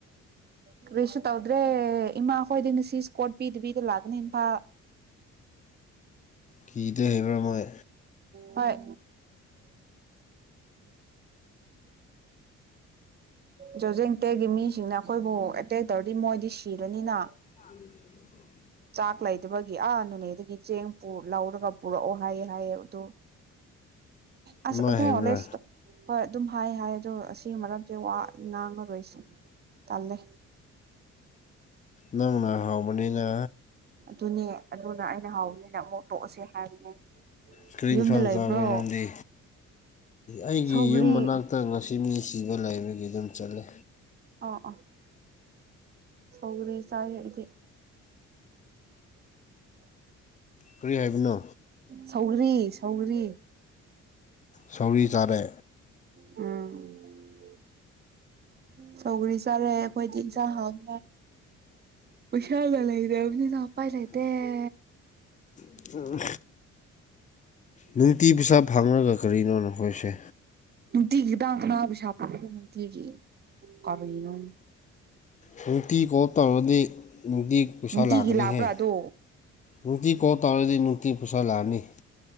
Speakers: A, on the right; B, on the left.
A: ꯀꯔꯤꯁꯨ ꯇꯧꯗ꯭ꯔꯦ ꯏꯃꯥ ꯍꯣꯏꯗꯤ ꯉꯅꯨꯡꯁꯤ ꯏꯁꯀꯣꯠ ꯄꯤꯗꯕꯤꯗ ꯂꯥꯛꯀꯅꯤ ꯏꯝꯐꯥꯜ
B: ꯀꯤꯗ ꯍꯩꯕ꯭ꯔꯥ ꯃꯣꯏ
A: ꯍꯣꯏ ꯖꯣꯖꯦꯡ ꯇꯦꯛꯒꯤ ꯃꯤꯁꯤꯡꯅ ꯑꯩꯈꯣꯏꯕꯨ ꯑꯦꯇꯦꯛ ꯇꯧꯔꯗꯤ ꯃꯣꯏꯗꯤ ꯁꯤꯔꯅꯤꯅ
B: ꯑ
A: ꯆꯥꯛ ꯂꯩꯗꯕꯒꯤ ꯑꯥ ꯅꯣꯅꯦꯗꯒꯤ ꯆꯦꯡ ꯂꯧꯔꯒ ꯄꯨꯔꯛꯑꯣ ꯍꯥꯏꯌꯦ ꯍꯥꯏꯌꯦ ꯑꯗꯨ
B: ꯑꯗꯨꯃꯥꯏ
A: ꯑ ꯑꯗꯨꯂꯦꯁ
B: ꯍꯥꯏꯕ꯭ꯔꯥ
A: ꯇ ꯍꯣꯏ ꯑꯗꯨꯝ ꯍꯥꯏ ꯍꯥꯏ ꯑꯂꯗ‌ꯣ ꯑꯁꯤꯒꯤ ꯃꯔꯝꯁꯦ ꯋꯥ ꯉꯥꯡꯕ ꯂꯣꯏ ꯁꯨꯝ ꯇꯜꯂꯦ
B: ꯅꯪꯅ ꯍꯥꯎꯕꯅꯤꯅ
A: ꯑꯗꯨꯅꯦ ꯑꯗꯨꯅ ꯑꯩꯅ ꯍꯥꯎꯕꯅꯤꯅ ꯑꯃꯨꯛ ꯇꯣꯛꯑꯁꯦ ꯍꯥꯏꯕꯅꯦ
B: ꯁ꯭ꯀ꯭ꯔꯤꯟ
A: ꯌꯨꯝꯗ
B: ꯁꯣꯟ
A: ꯂꯩꯕ꯭ꯔꯣ
B: ꯀꯥꯅꯗꯤ ꯑꯩꯒꯤ
A: ꯁꯧꯒ꯭ꯔꯤ
B: ꯌꯨꯝ ꯃꯅꯥꯛꯇ ꯉꯁꯤ ꯃꯤ ꯁꯤꯕ ꯂꯩꯕꯒꯤ ꯑꯗꯨꯝ ꯆꯠꯂꯦ
A: ꯑ ꯑ ꯁꯧꯒꯔꯤ ꯆ ꯏꯗꯤ
B: ꯀꯔꯤ ꯍꯥꯏꯕꯅꯣ
A: ꯁꯧꯒꯔꯤ ꯁꯧꯒꯔꯤ
B: ꯁ ꯆꯥꯔꯦ
A: ꯎꯝ ꯆꯧꯒꯔꯤ ꯆꯥꯔꯛꯑꯦ ꯑꯩꯈꯣꯏꯗꯤ ꯏꯟꯁꯥꯡ ꯍꯥꯎꯗ ꯎꯩꯁꯥꯒ ꯂꯩꯗꯕꯅꯤ ꯄꯥꯏ ꯂꯩꯇ‌ꯦ
B: ꯎꯝ ꯅꯨꯡꯇꯤ ꯄꯩꯁꯥꯞ ꯐꯥꯡꯉꯒ ꯀꯔꯤꯅꯣ ꯅ ꯑꯩꯈꯣꯏꯁꯦ
A: ꯇꯤꯒꯗꯅ ꯁ ꯇꯤꯒ ꯀꯔꯅꯣ
B: ꯅꯨꯡꯇꯤ ꯀꯣꯞ ꯇꯧꯔꯗꯤ ꯅꯨꯡꯇꯤ ꯄꯩꯁꯥ
A: ꯅꯨꯡꯇꯤꯒꯤ
B: ꯂꯥꯛꯀꯅꯤꯍꯦ
A: ꯂꯥꯛꯄ꯭ꯔꯥ ꯑꯗꯣ
B: ꯅꯨꯡꯇꯤ ꯀꯣ ꯇꯧꯔꯗꯤ ꯅꯨꯡꯇꯤ ꯄꯩꯁꯥ ꯂꯥꯛꯑꯅꯤ